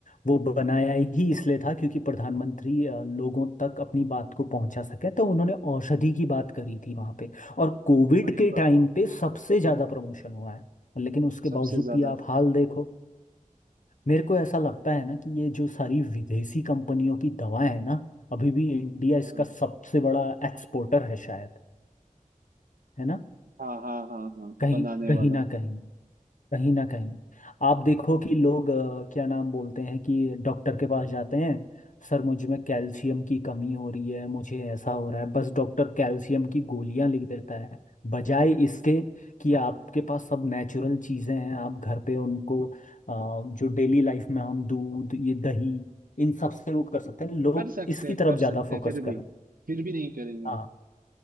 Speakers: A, on the left; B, on the right.
A: वो बनाया ही इसलिए था क्योंकि प्रधानमंत्री अ, लोगों तक अपनी बात को पहुंचा सके तो उन्होंने औषधि की बात करी थी वहां पे और कोविड
B: वही
A: के
B: बात
A: टाइम पे सबसे ज्यादा प्रमोशन हुआ है लेकिन उसके
B: सबसे
A: बावजूद
B: ज्यादा
A: भी आप हाल देखो मेरे को ऐसा लगता है ना कि ये जो सारी विदेशी कंपनियों की दवाएं हैं ना अभी भी इंडिया
B: हाँ
A: इसका सबसे बड़ा एक्सपोर्टर है शायद है ना
B: हाँ हाँ हाँ हाँ
A: कहीं
B: बनाने
A: कहीं
B: वाला
A: ना कहीं कहीं ना कहीं आप देखो कि लोग अ, क्या नाम बोलते हैं कि डॉक्टर के पास जाते हैं सर मुझ में कैल्शियम की कमी हो रही है मुझे ऐसा हो रहा है बस डॉक्टर कैल्शियम की गोलियां लिख देता है बजाय इसके कि आपके पास सब नेचुरल चीज़ें हैं आप घर पे उनको अ, जो डेली लाइफ में हम दूध ये दही इन सब से वो कर सकते हैं लोग
B: कर सकते
A: इसकी
B: हैं
A: तरफ
B: कर
A: ज़्यादा
B: सकते
A: फोकस
B: हैं फिर
A: करें
B: भी फिर भी नहीं करेंगे
A: हाँ
B: वो